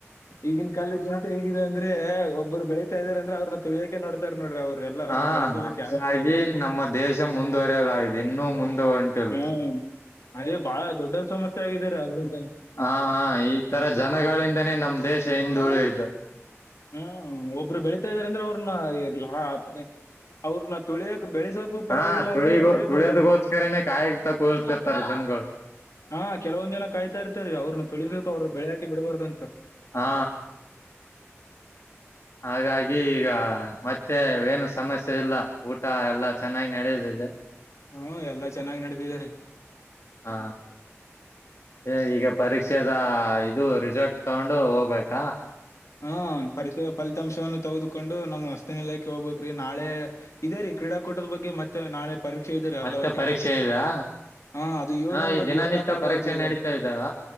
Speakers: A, on the left; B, on the left.
A: ಈಗಿನ ಕಾಲದ ಜನತೆ ಹೇಗಿದೆ ಅಂದ್ರೆ ಒಬ್ರು ಬೆಳತಾ ಇದ್ದಾರೆ ಅಂದ್ರೆ ಅವ್ರನ್ನ ತುಳಿಯಕ ಕ್ಕೆ ನೋಡ್ತಾರ ನೊಡ್ರಿ ಅವ್ರ ಎಲ್ಲಾರನು
B: ಹಾ
A: ಬೆಳಸೋದಕ್
B: ಹಾಗಾಗಿ
A: ಯಾರ ನೋಡಲ್
B: ನಮ್ಮ ದೇಶ ಶ ಮುಂದುವರೆಯಲಾಗಿದೆ ಇನ್ನು ಮುಂದೆ ಒಂಟಿಲ್ಲ
A: ಹ್ಮ್ ಅದೇ ಬಾಳ ದೊಡ್ಡ ಸಮಸ್ಯೆ ಆಗಿದ್ದಾರೆ ಅದ್ರಿಂದ
B: ಹಾ ಹಾ ಈ ತರ ಜನಗಳಿಂದನೇ ನಮ್ ದೇಶ ಹಿಂದುಳದಿದು.
A: ಹ್ಮ್ ಒಬ್ರು ಬೆಳಿತಾ ಇದಾರೆ ಅಂದ್ರೆ ಅವ್ರನ್ನ ಈಗ್ಲ <unintelligible> ಅವ್ರನ್ನ ತುಳಿಯಕ ಬೆಳೆಸಕ ಪರವಾಗಿಲ್ಲ
B: ಹಾ ತುಳಿಗೋ
A: ಆಗಿದ್ರು ತುಳಿಯಕ
B: ತುಳಿಯೋದಗೋಸ್ಕರನೇ
A: ನೋಡ್ಬಾರ್ದ್ರಿ.
B: ಕಾಯಗ್ತಾ ಕೂತಿರ್ತಾರ ಜನಗಳು
A: ಹಾ ಕೆಲವೊಂದ ಜನ ಕಾಯ್ತ ಇರ್ತಾರಿ ಅವ್ರನ್ನ ತುಳಿಬೇಕು ಅವರು ಬೆಳ್ಯಾಕೆ ಬಿಡಬಾರ್ದ ಅಂತ.
B: ಹಾ ಹಾಗಾಗಿ ಈಗ ಮತ್ತೆ ಏನು ಸಮಸ್ಯೆ ಇಲ್ಲ ಊಟಾ ಎಲ್ಲಾ ಚೆನ್ನಾಗ ನಡಿತಿದೆ.
A: ಹ್ಮ ಎಲ್ಲಾ ಚೆನ್ನಾಗ್ ನಡತಿದೇರಿ.
B: ಹಾ ಎ ಈಗ ಪರೀಕ್ಷೆದ ಇದು ರಿಸಲ್ಟ್ ತಗೊಂಡು ಹೋಗ್ಬೇಕ.
A: ಹ್ಮ ಪರೀಕ್ಷೆಯ ಫಲಿತಾಂಶವನ್ನು ತೆಗೆದುಕೊಂಡು ನಮ್ ವಸ್ತಿ ನಿಲಯಕ್ಕೆ ಹೋಗ್ಬೇಕರಿ ನಾಳೆ ಇದೆ ರೀ ಕ್ರೀಡಾಕೂಟದ ಬಗ್ಗೆ ಮತ್ತೆ ನಾಳೆ ಪರೀಕ್ಷೆ ಇದೆ ರೀ
B: ಮತ್ತೆ
A: ಅರ್ಧವಾರ್ಷಿಕ
B: ಪರೀಕ್ಷೆ ಇದಾ
A: ಹಾ ಅದು ಯೋಗದ
B: ಹಾ ಈ
A: ಬಗ್ಗೆ
B: ದಿನನಿತ್ಯ
A: ಯೋಗಾಸನಗಳ
B: ಪರೀಕ್ಷೆ
A: ಬಗ್ಗೆ ಇದ್ದಾರೆ
B: ನಡೀತಾ ಇದ್ದಾವ